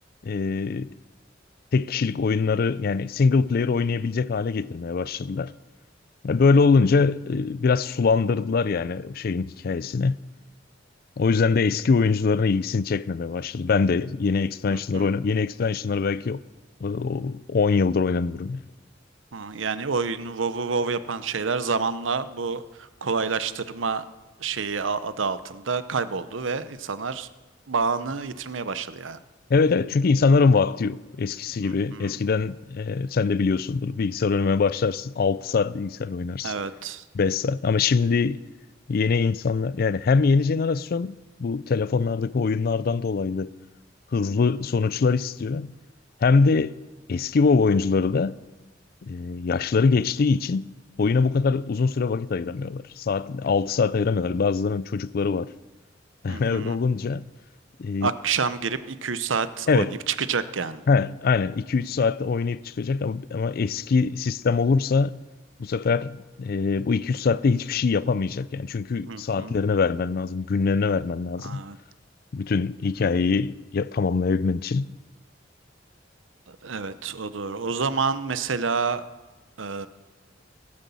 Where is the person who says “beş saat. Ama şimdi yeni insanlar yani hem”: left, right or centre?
Left